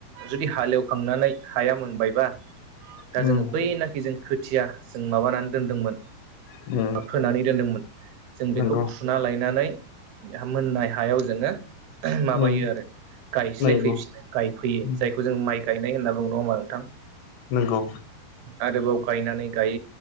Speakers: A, on the right; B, on the left.
A: जुदि हालेवखांनानै हाया मोनबायबा दा
B: उम
A: जोङो बैनाखि जों खोथिया जों माबानानै दोन्दोंमोन
B: उम
A: फोनानै दोन्दोंमोन जों
B: नंगौ
A: बेखौ गायनानै मोननाय हायाव जोङो माबायो
B: उम
A: आरो गायस्लाय
B: नंगौ
A: फैफिनो गायफैयो
B: उम
A: जायखौ जों माइ गायनाय होनना बुंङो नङा होमबा नोंथां
B: नंगौ
A: आरोबाव गायनानै गाय